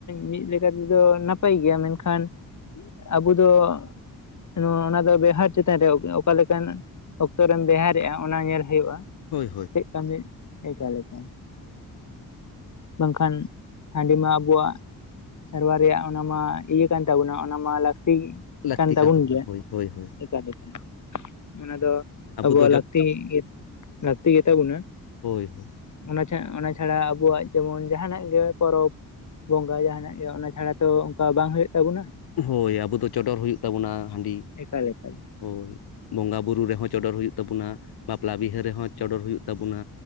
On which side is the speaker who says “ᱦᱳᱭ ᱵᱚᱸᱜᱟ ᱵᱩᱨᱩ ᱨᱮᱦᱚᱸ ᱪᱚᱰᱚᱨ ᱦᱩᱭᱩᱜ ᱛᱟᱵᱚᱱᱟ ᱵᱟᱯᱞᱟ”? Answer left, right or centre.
Left